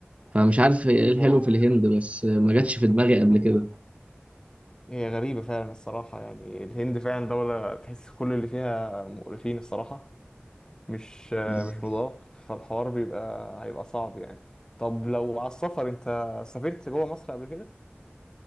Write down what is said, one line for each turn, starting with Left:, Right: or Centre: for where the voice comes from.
Right: فمش عارف ايه الحلو
Left: هو
Right: في الهند بس ما جاتش في دماغي قبل
Left: هي غريبة فعلا الصراحة يعني الهند فعلا دولة تحس كل اللي فيها مقرفين الصراحة مش آه،
Right: كده
Left: مش نضاف فالحوار بيبقى هيبقى صعب يعني طب لو على السفر انت سافرت جوه مصر قبل كده؟